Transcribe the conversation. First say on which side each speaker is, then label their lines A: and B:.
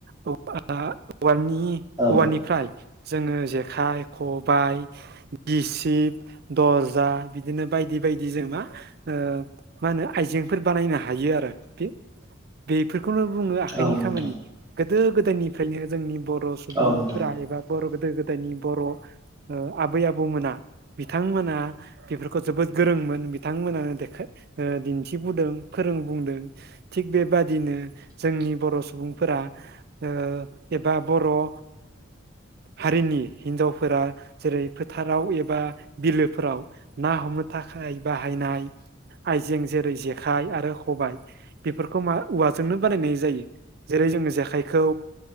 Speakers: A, on the right; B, on the right.
A: औवा औवानि
B: औ
A: औवानिफ्राय जोङो जेखाइ खबाइ गिसिब दरजा बिदिनो बायदि बायदि जों मा ओ मा होनो आइजेंफोर बानायनो हायो आरो खि बेफोरखौनो बुङो आखाइनि
B: औ
A: खामानि
B: नोंथां
A: गोदो गोदायनिफ्रायनो जोंनि बर' सुबुंफोरा
B: औ नोंथां
A: एबा बर' गो गोदो गोदायनि बर' ओ आबै आबौमोना बिथांमोना बेफोरखौ जोबोद गोरोंमोन बिथांमोनानो देखाय ओ दिन्थिबुदों फो रों बुंदों थिग बेबादिनो जोंनि बर' सुबुंफोरा ओ एबा बर' ओ हारिनि हिनजावफोरा जेरै फोथाराव एबा बिलोफोराव ना हमनो था खाय बाहायनाय आइजें जेरै जेखाइ आरो खबाइ बेफोरखौ मा औवाजोंनो बानायनाय जायो जेरै जोंनो जेखाइखौ